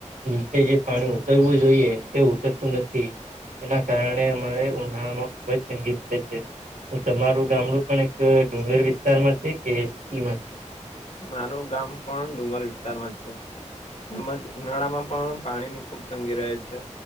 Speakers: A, on the right (about 85°); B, on the left (about 60°).
A: નીચે જે પાણી કરવું જોઈએ તે ઉતરતું નથી એના કારણે અમારે ઉનાળા માં ખુબ જ સંગી છે તમારું ગામડું પણ એક ડુંગર વિસ્તારમાં છે કે સિટીમાં છે
B: મારું ગામ પણણ ડુંગલ વિસ્તારમાં છે તેમજ ઉનાળામાં પણ પાણીની ખૂબ તંગી રહે છે